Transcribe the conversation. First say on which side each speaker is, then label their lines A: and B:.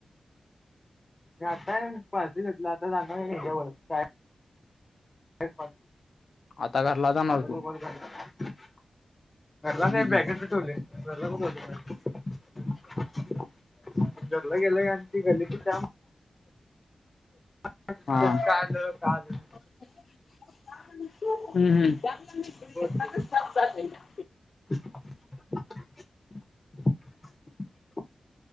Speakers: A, on the left (about 25°); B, on the left (about 60°).
A: मी आता पारस घेतलो आता जाणार हाय ह्याच्यावर <unintelligible> <unintelligible>
B: आता घरला जाणार तू
A: घरला
B: हम्म
A: नाही बॅगेतच ठेवलोय घरला कुठ जातोस आणि, घरला गेलं की आणि ती गल्लीतली <unintelligible> <unintelligible>
B: हा. हम्म <unintelligible>
A: आलं <unintelligible>